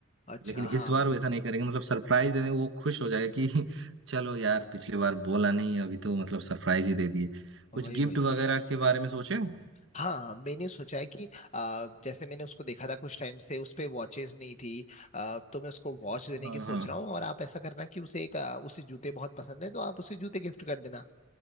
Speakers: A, on the left; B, on the right.
A: अच्छा
B: लेकिन इस
A: हाँ
B: बार
A: वही
B: वैसा नहीं करेंगे मतलब सरप्राइज दे देंगे वो खुश हो जाएगा कि <laughs> चलो यार पिछली बार बोला नहीं अभी तो मतलब सरप्राइज ही दे दिए कुछ
A: वही
B: गिफ्ट
A: वही
B: वगैरह के बारे में सोचे हो?
A: हाँ हाँ, मैंने सोचा है कि आ, जैसे मैंने उसको देखा था कुछ टाइम से उस पे वॉचेज नहीं थी आ, तो मैं उसको वॉच देने
B: हाँ
A: की सोच
B: हाँ
A: रहा हूँ और आप ऐसा करना कि उसे एक आ, उसे जूते बहुत पसंद है तो आप उसे जूते गिफ्ट कर देना